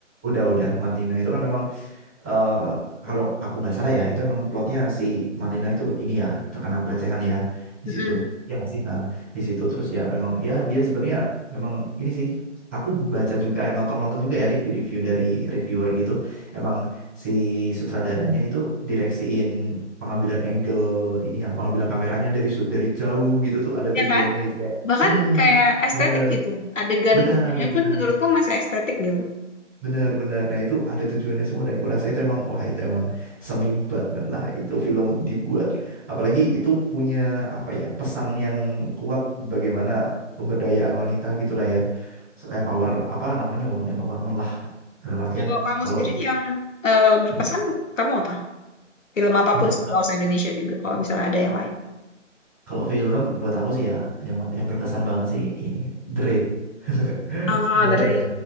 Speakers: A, in the centre; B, on the left (about 85°).
A: Udah, udah. Marlina itu kan memang eh, kalau aku nggak salah ya, itu memang plotnya si Marlina itu ini ya terkena pelecehan ya di
B: Mm-mm.
A: situ. Ya nggak sih. Nah, di situ terus ya memang ya dia sebenarnya memang ini sih. Aku baca juga, eh, nonton-nonton juga ya review-review dari reviewer gitu. Emang si sutradaranya itu direksiin pengambilan angle ini ya, pengambilan kameranya dari sud- dari jauh gitu tuh ada
B: ya
A: tujuannya
B: kan
A: gitu ya.
B: bahkan
A: Hmm,
B: kayak estetik
A: benar,
B: gitu adegan
A: benar,
B: gornya pun
A: benar.
B: menurutku masih estetik gitu
A: Benar-benar. Nah, itu ada tujuannya semua dan kurasa itu emang wah itu emang seni banget lah itu film dibuat. Apalagi itu punya apa ya, pesan yang kuat bagaimana pemberdayaan wanita gitulah ya. So, Empower apa namanya woman empowerment lah dalam artian
B: Kalau kamu
A: kalau
B: sendiri yang eh, berkesan,
A: mm,
B: kamu apa? Film apapun,
A: untuk film
B: nggak usah Indonesia juga, kalau misalnya ada yang lain.
A: kalau film buat aku sih ya yang yang berkesan banget sih ini The Raid. <laughs>
B: Oh,
A: Nonton
B: dari
A: gak?